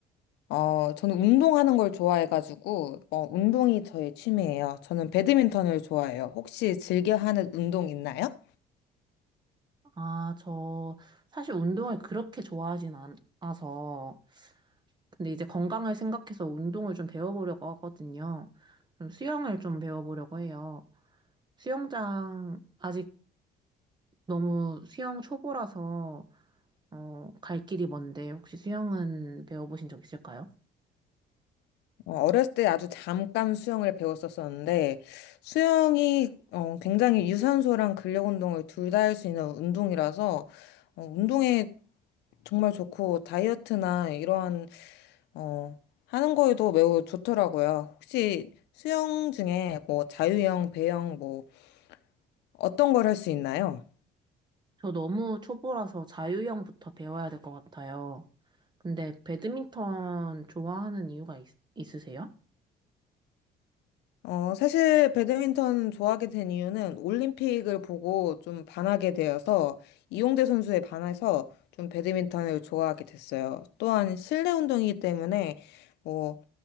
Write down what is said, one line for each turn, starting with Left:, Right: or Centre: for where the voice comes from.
Left: 어, 저는 운동하는 걸 좋아해가지고, 어, 운동이 저의 취미예요. 저는 배드민턴을 좋아해요. 혹시 즐겨 하는 운동 있나요?
Right: 아, 저 사실 운동을 그렇게 좋아하진 않아서, 근데 이제 건강을 생각해서 운동을 좀 배워보려고 하거든요. 그럼 수영을 좀 배워보려고 해요. 수영장, 아직 너무 수영 초보라서, 어, 갈 길이 먼데, 혹시 수영은 배워보신 적 있을까요?
Left: 어, 어렸을 때 아주 잠깐 수영을 배웠었었는데, 수영이 어, 굉장히 유산소랑 근력 운동을 둘 다 할 수 있는 운동이라서, 어, 운동에 정말 좋고, 다이어트나 이러한, 어, 하는 거에도 매우 좋더라고요. 혹시 수영 중에 뭐 자유형, 배영, 뭐 어떤 걸 할 수 있나요?
Right: 저 너무 초보라서 자유형부터 배워야 될 것 같아요. 근데 배드민턴 좋아하는 이유가 있, 있으세요?
Left: 어, 사실 배드민턴 좋아하게 된 이유는 올림픽을 보고 좀 반하게 되어서 이용대 선수에 반해서 좀 배드민턴을 좋아하게 됐어요. 또한 실내 운동이기 때문에 뭐